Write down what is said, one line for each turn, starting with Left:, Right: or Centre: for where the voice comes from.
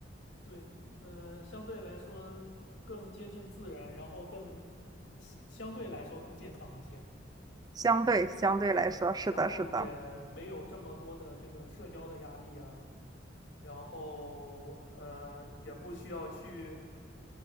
Left: 对，嗯、呃相对来说更接近自然，然后更相对来说更健康一些。
Right: 相对相对来说，
Left: 对，
Right: 是的，
Left: 然后也没有这么多的这个社交的压力啊，
Right: 是的，
Left: 然后呃也不需要去